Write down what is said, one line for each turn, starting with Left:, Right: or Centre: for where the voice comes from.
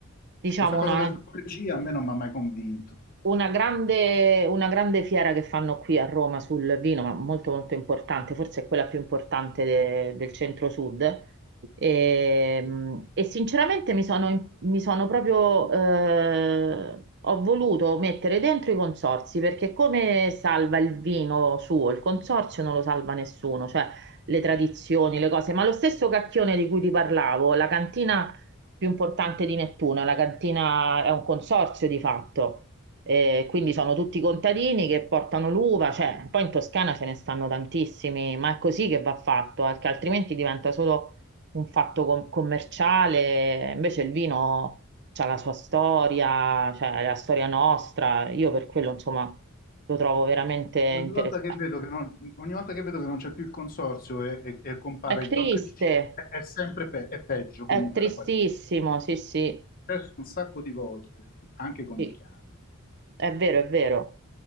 Right: diciamo,
Left: Questa cosa
Right: una
Left: del 2G a me non mi ha mai convinto.
Right: Una grande, una grande fiera che fanno qui a Roma sul vino, ma molto molto importante, forse è quella più importante de- del centro-sud. E, mh, e sinceramente mi sono, mi sono proprio, eh, ho voluto mettere dentro i consorzi perché come salva il vino suo? Il consorzio non lo salva nessuno, cioè le tradizioni, le cose, ma lo stesso cacchione di cui ti parlavo, la cantina più importante di Nettuno, la cantina è un consorzio di fatto. Eh, quindi sono tutti contadini che portano l'uva, cioè, poi in Toscana ce ne stanno tantissimi, ma è così che va fatto, perché altrimenti diventa solo un fatto com- commerciale. Invece il vino c'ha la sua storia, cioè la storia nostra. Io per quello, insomma, lo trovo veramente interessante.
Left: Ogni volta che vedo che non, ogni volta che vedo che non c'è più il consorzio e, e- e compare
Right: È triste,
Left: il doc G, è, è sempre pe- è peggio comunque
Right: è tristissimo,
Left: la qualità.
Right: sì, sì,
Left: Adesso un sacco di volte, anche con
Right: sì,
Left: i Chianti.
Right: è vero, è vero.